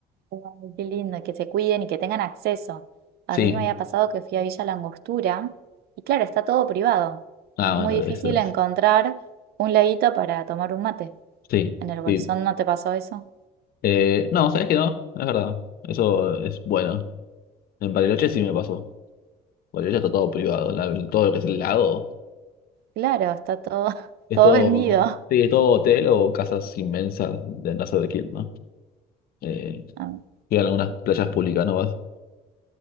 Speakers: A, on the right; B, on the left.
A: Ay, Qué lindo, y que se cuiden y que tengan acceso. A
B: Sí,
A: mí me había pasado que fui a Villa La Angostura y claro, está todo privado.
B: ah,
A: Es muy
B: bueno,
A: difícil
B: eso es.
A: encontrar un laguito para tomar un mate.
B: Sí,
A: ¿En el Bolsón
B: sí.
A: no te pasó eso?
B: Eh, no, sabes que no, es verdad. Eso es bueno. En Bariloche sí me pasó. Bariloche está todo privado. la- todo lo que es el lago.
A: Claro, está todo, <laughs>
B: Es
A: todo
B: todo,
A: vendido.
B: sí, es todo hotel o casas inmensas de no sé de quién, ¿no? Eh,
A: A mí,
B: llegan algunas playas públicas, ¿no vas?